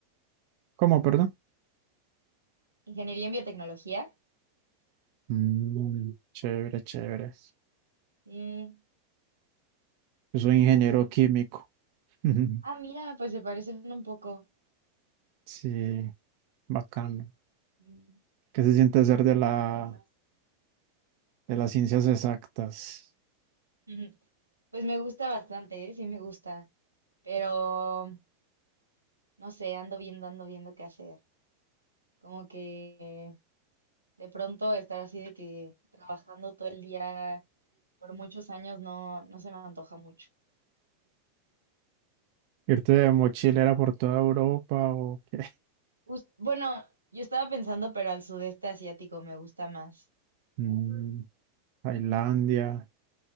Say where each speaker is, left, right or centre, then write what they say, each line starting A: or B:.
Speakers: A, on the right (about 45°); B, on the right (about 85°).
A: ¿Cómo, perdón?
B: Ingeniería en biotecnología
A: Mm, chévere, chévere.
B: Sí,
A: Yo soy
B: sí,
A: ingeniero
B: no sé.
A: químico. <laughs>
B: Ah, mira, pues se parecen un poco.
A: Sí, bacano.
B: Sí,
A: ¿Qué se siente ser de la,
B: pero no sé.
A: de las ciencias exactas?
B: <laughs> Pues me gusta bastante, ¿eh? Sí me gusta, pero no sé, ando viendo, ando viendo qué hacer. Como que de pronto estar así de que trabajando todo el día por muchos años no, no se me antoja mucho.
A: ¿Irte de mochilera por toda Europa o qué?
B: Jus- bueno, yo estaba pensando, pero al sudeste asiático me gusta más.
A: <laughs> Mm, Tailandia.